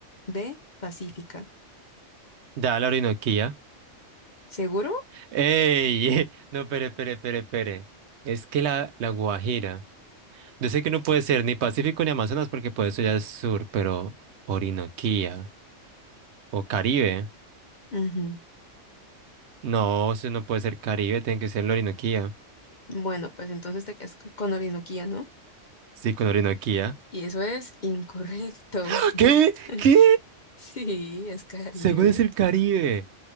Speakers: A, on the left (about 45°); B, on the right (about 70°).
A: D, Pacífica.
B: Da la Orinoquía.
A: ¿Seguro?
B: ¡Ey! <laughs> No, pere, pere, pere, pere. Es que la, la Guajira. Yo sé que no puede ser ni Pacífico ni Amazonas porque por eso ya es sur, pero Orinoquía o Caribe.
A: Ujú.
B: No, eso no puede ser Caribe, tiene que ser la Orinoquía.
A: Bueno, pues entonces te quedas c- con Orinoquía, ¿no?
B: Sí, con Orinoquía.
A: Y eso es incorrecto.
B: ¡Ah!
A: <laughs>
B: ¿Qué? ¿Qué?
A: Sí, es Caribe.
B: Según es el Caribe.